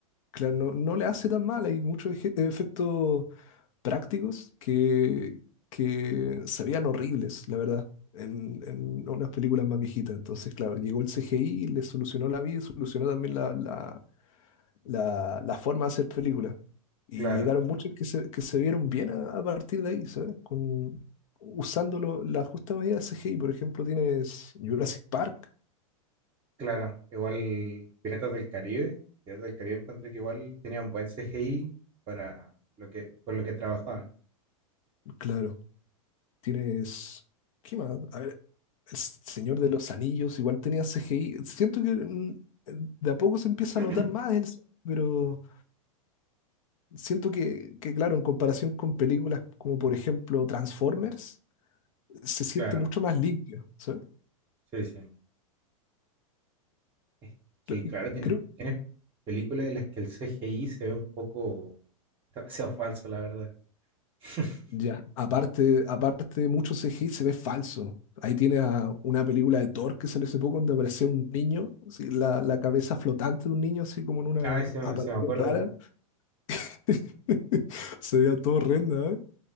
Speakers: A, on the left; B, on the right.
A: claro, no, no le hace tan mal, hay muchos eje- efectos prácticos que, que se veían horribles, la verdad, en, en unas películas más viejitas. Entonces, claro, llegó el CGI, y le solucionó la vida y solucionó también la, la, la, la forma de hacer películas. Y
B: Claro,
A: llegaron muchos que se, que se vieron bien a, a partir de ahí, ¿sabes? Con, usando lo- la justa medida de CGI. Por ejemplo, tienes Jurassic Park,
B: claro. Igual Piratas del Caribe. Piratas del Caribe encontré que igual tenían buen CGI para lo que, por lo que trabajaban.
A: claro, tienes... ¿Qué más? El Señor de los Anillos igual tenía CGI. Siento que mm, de a poco se empieza
B: <clears throat>
A: a notar más, el- pero siento que, que, claro, en comparación con películas como por ejemplo Transformers, se siente
B: Claro,
A: mucho más limpio, ¿sabes?
B: sí, sí. Es que
A: Cre-
B: claro,
A: y
B: tienes,
A: Creo,
B: tienes películas en las que el CGI se ve un poco demasiado falso, la verdad. <laughs>
A: ya, aparte, aparte de mucho CGI se ve falso. Ahí tiene a una película de Thor que salió hace poco donde aparecía un niño, así, la, la cabeza flotante de un niño así como en una
B: Ay, sí me,
A: aparición
B: sí me acuerdo.
A: rara. <laughs> Se veía todo horrenda,